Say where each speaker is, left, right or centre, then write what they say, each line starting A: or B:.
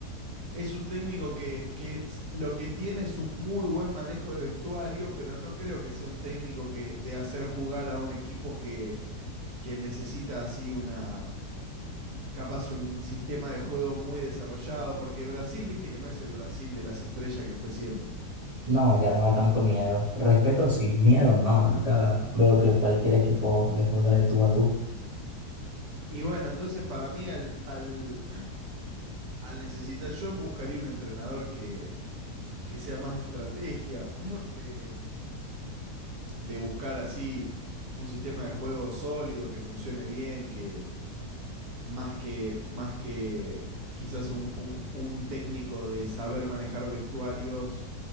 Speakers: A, on the right; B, on the right.
A: es un técnico que, que lo que tiene es un muy buen manejo de vestuario, pero no creo que sea un técnico que de hacer jugar a un equipo que, que necesita así una, capaz un sistema de juego muy desarrollado, porque Brasil, viste que no es el Brasil de las estrellas que fue siempre.
B: No, ya no da tanto miedo. Respeto sí, miedo no. Ahorita veo que cualquier equipo le juega de tú a tú.
A: Y bueno, entonces para mí al, al, al necesitar yo buscaría un entrenador que, que sea más de estrategia, <clears throat> de, de buscar así un sistema de juego sólido, que funcione bien, que, más que, más que quizás un, un un técnico de saber manejar vestuarios